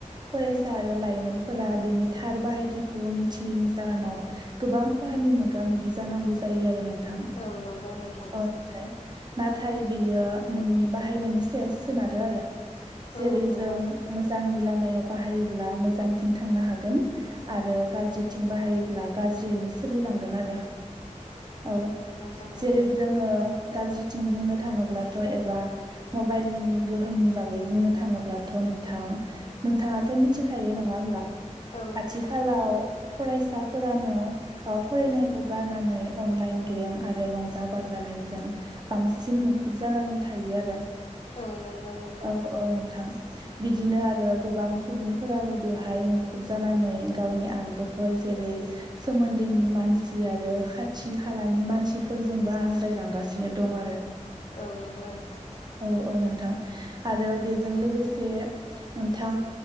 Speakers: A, on the right (about 35°); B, on the left (about 55°).
A: फरायसा आरो लाइमोनफोरा बिनि थार बाहायथिखौ मिथियैनि जाहोनाव गोबां खहानि मोगा मोगि जानांगौ जायो आरो नोंथां नाथाय।
B: औ नंगौ नोंथां
A: नाथाय बियो नोंनि बाहायनायनि सायाव सोनारो आरो। जेरै
B: औ नंगौ
A: जों
B: नोंथां
A: मोजांनि लामायाव बाहायोब्ला मोजांथिं थांनो हागोन। आरो गाज्रिथिं बाहायोब्ला गाज्रियैनो सोलिलांगोन आरो। औ
B: नोंथां नंगौ
A: जेरै जोङो गाज्रिथिं बुंनो थाङोब्लाथ' एबा मबाइलनि गोहोमनि बागै फ्राय बुंनो थाङोब्लाथ' नोंथां नोंथाङाथ' मिथिखायो नङा होमब्ला
B: औ नोंथां
A: आथिखालाव फरायसाफोरानो फरायनायखौ गारनानै अनलाइन गेम आरो रंजा बाजानायजों बांसिन मुखुब जानानै थायो आरो।
B: औ नंगौ नों
A: औ औ नोंथां। बिदिनो आरो गोबां सुबुंफोराबो बेवहाय मुखुब जानानै गावनि आंगोफोर जेरै सोमोन्दोनि मानसि खासि आरो खाथि खालानि मानसिफोरजोंबो आनज्रायलांगासिनो दं आरो।
B: औ नंगौ नोंथां।
A: औ औ नोंथां आरो बेजों लोगोसे नोंथां